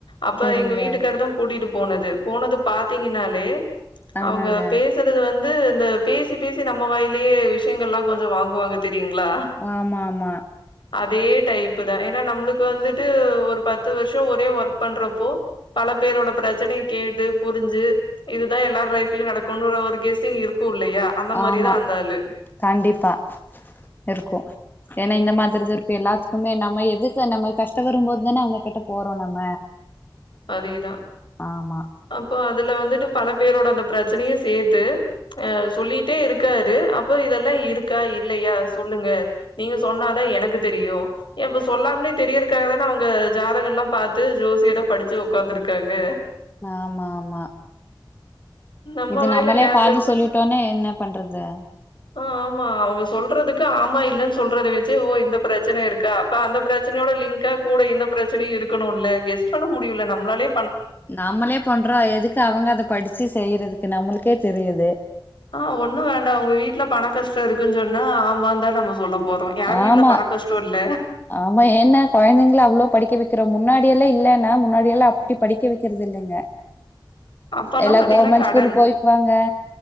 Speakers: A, on the left; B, on the left.
A: அப்ப
B: சரிங்க
A: எங்க வீட்டுக்காரு தா கூட்டிட்டு போனது போனது பாத்தீங்கன்னாலே
B: ஆமாங்க
A: அவுங்க பே சறது வந்து இந்த பேசி பேசி நம்ம வாய்லியே விஷயங்கள்லா கொஞ்சோ வாங்குவ வாங்க தெரியுங்ளா
B: ஆமாமா
A: அதே டைப்பு தா ஏனா நம்மளுக்கு வந்துட்டு ஒரு பத்து வர்ஷோ ஒரே ஒர்க் பண்றப்போ பல பேரோட பிரச்சனைய கேட்டு புரிஞ்சி இதுதா எல்லார் லைஃப்லியு நடக்குன்ற ஒரு கேஸ்சிங் இருக்கு இல்லையா அந்த மாரிதா
B: ஆமா
A: அந்த ஆளு
B: கண்டிப்பா இருக்கு ஏனா இந்த மாத்ரிதா இருக்கு எல்லாத்துக்குமே நம்ம எதுக்கு நம்ம கஷ்டவரும்போத் தான அவுங்க கிட்ட போறோ நம்ம
A: அதேதா
B: ஆமா
A: அப்போ அதுல வந்துட்டு பல பேரோட அந்த பிரச்சனையு சேத்து ஆ சொல்லிட்டே இருக்காரு அப்போ இதெல்லா இருக்கா இல்லையா சொல்லுங்க நீங்க சொன்னாதா எனக்கு தெரியு ஏப்ப சொல்லாமலே தெரியறக்காக தான அவுங்க ஜாதக எல்லா பாத்து ஜோசியர படிச்சு உக்காந்துருக்காங்க
B: ஆமா ஆமா
A: நம்ம
B: இது
A: வாயில
B: நம்மளே
A: கேப்சர்
B: பாதி
A: பண்ணி
B: சொல்லிட்டோன்னே என்ன பண்றது
A: ஆ ஆமா அவுங்க சொல்றதுக்கு ஆமா இல்லன் சொல்றத வெச்சே ஓ இந்த பிரச்சன இருக்கா ப்ப அந்த பிரச்சனையோட லிங்கா கூட இந்த பிரச்சனையு இருக்கணுல்ல கெஸ் பண்ண முடியுள்ள நம்ளாலே
B: நம்மளே பண்றோ எதுக்கு அவுங்க அத படிச்சி செய்யறதுக்கு நம்மளுக்கே தெரியிது
A: ஆ ஒண்ணு வேண்டா உங்க வீட்ல பண கஷ்டோ இருக்குன் சொன்னா ஆமாந்தா நம்ம சொல்ல போறோ யாரு வீட்ல
B: ஆமா
A: பண கஷ்டோ இல்ல
B: ஆமா ஏனா கொழந்தைங்கல அவ்ளோ படிக்க வெக்கிறோ முன்னாடியெல்லா இல்லேன்னா முன்னாடியெல்லா அப்டி படிக்க வெக்கிறது இல்லைங்க
A: அப்பல்லா
B: எல்லா
A: பாத்தீங்கன்னா
B: கவர்மெண்ட்
A: கடன்
B: ஸ்கூலு போய் பாங்க